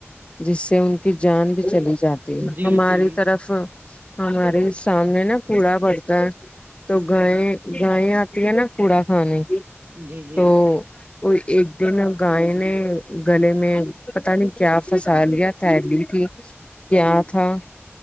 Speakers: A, on the left; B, on the right.
A: جس سے ان کی جان بھی چلی جاتی ہے
B: جی
A: ہماری
B: جی
A: طرف ہمارے سامنے نا کوڑا پڑتا ہے تو گائے گائیں ہے نا کوڑا کھانے کی
B: جی جی
A: تو ایک دن گائے نے گلے میں پت نہیں کیا فسال یا تھیلی تھی م کیا تھا